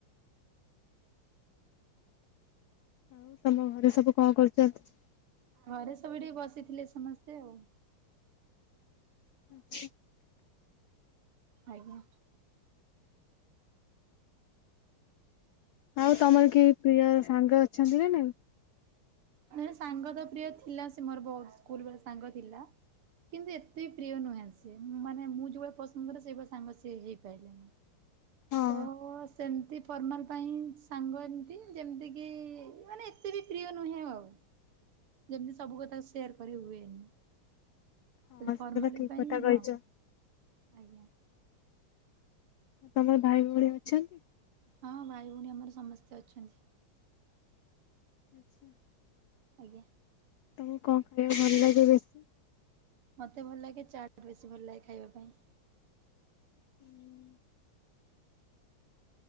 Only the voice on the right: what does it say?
ଘରେ ସବୁଠିକେ ବସିଥିଲେ ସମସ୍ତେ ଆଉ
ଆଜ୍ଞା
ମ ସାଙ୍ଗ ତ ପ୍ରିୟ ଥିଲା ସେ ମୋର ବହୁତ ସ୍କୁଲ ସାଙ୍ଗ ଥିଲା କିନ୍ତୁ ଏତେ ପ୍ରିୟ ନୁହେଁ ସିଏ ମାନେ ମୁଁ ଯୋଉଭଳେ ପସନ୍ଦ କରେ ସେଇଭଳିଆ ସାଙ୍ଗ ସି ହେଇପାରିଲନି
ତ ସେମିତି ଫର୍ମାଲ ପାଇଁ ସାଙ୍ଗ ଏମିତି ଯେମିତି କିି ମାନେ େ ବି ପ୍ରିୟ ନୁହେଁ ଆଉ ଯେମିତି ସବୁ କଥା ସେୟାର କରି ହୁଏନି
ଖାଲି ଫର୍ମାଲି
ପାଇଁ
ହଁ ଆଜ୍ଞା
ହଁ ଭାଇ ଭଉଣୀ ଆମର ସମସ୍ତେ ଅଛନ୍ତି
ଆଜ୍ଞା
ମତେ ଭଲ ଲାଗେ ଚାୁ ବେଶୀ ଭଲ ଲାଗେ ଖାଇବା ପାଇଁ